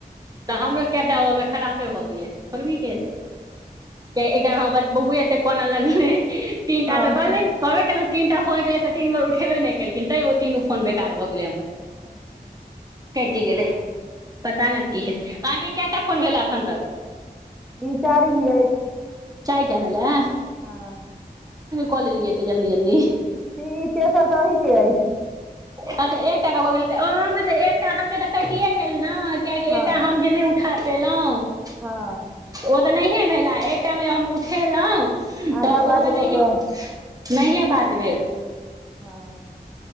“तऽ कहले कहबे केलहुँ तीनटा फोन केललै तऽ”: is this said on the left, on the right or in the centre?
Right